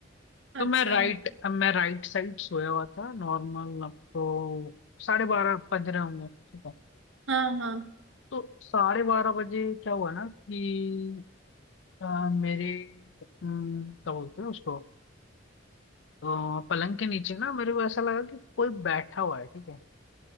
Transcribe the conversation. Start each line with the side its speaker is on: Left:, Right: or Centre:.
Right: अच्छा
Left: तो मैं राइट मैं राइट साइड सोया हुआ था नॉर्मल आपको साढ़े बारह बज रहे होंगे ठीक है
Right: हाँ हाँ
Left: तो साढ़े बारह बजे क्या हुआ ना कि अ, मेरे अम, क्या बोलते हैं उसको अ, पलंग के नीचे ना मेरे को ऐसा लगा कि कोई बैठा हुआ है ठीक है